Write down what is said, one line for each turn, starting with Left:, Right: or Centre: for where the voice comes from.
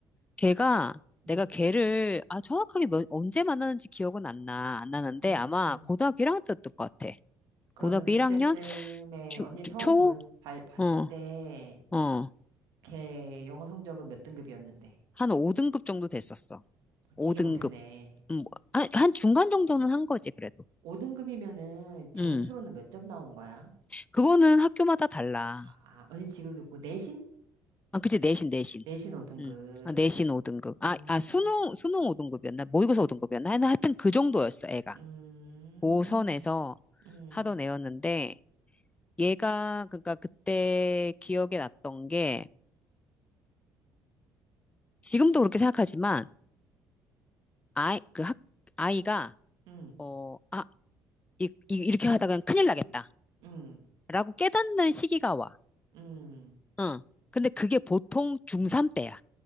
Left: 걔가, 내가
Right: 음,
Left: 걔를, 아, 정확하게 몇- 언제 만났는지 기억은 안 나. 안 나는데
Right: 음,
Left: 아마
Right: 음.
Left: 고등학교 1학년 때였던 것 같아.
Right: 그러면
Left: 고등학교
Right: 그때쯤에
Left: 1학년? 초,
Right: 언니 처음
Left: 초?
Right: 볼, 발- 봤을
Left: 어,
Right: 때,
Left: 어.
Right: 걔 영어 성적은 몇 등급이었는데?
Left: 한 5등급 정도 됐었어.
Right: 어,
Left: 5등급.
Right: 되게 못했네.
Left: 음, 뭐, 한, 한 중간 정도는 한 거지, 그래도.
Right: 5등급이면은 점수로는
Left: 음,
Right: 몇 점 나온 거야?
Left: 그거는 학교마다 달라.
Right: 아, 언니 지금 듣고 내신?
Left: 아, 그치, 내신, 내신.
Right: 내신 5등급.
Left: 음, 아, 내신 5등급.
Right: 음.
Left: 아, 아, 수능, 수능 5등급이었나? 모의고사 5등급이었나? 하여튼 하여튼 그 정도였어, 애가.
Right: 음,
Left: 고선에서
Right: 음,
Left: 하던 애였는데, 얘가, 그러니까 그때 기억에 났던 게, 지금도 그렇게 생각하지만, 아이, 그 학, 아이가,
Right: 음,
Left: 어, 아, 이, 이, 이렇게 하다간 큰일 나겠다.
Right: 음,
Left: 라고 깨닫는 시기가 와.
Right: 음.
Left: 응. 근데 그게 보통 중3 때야.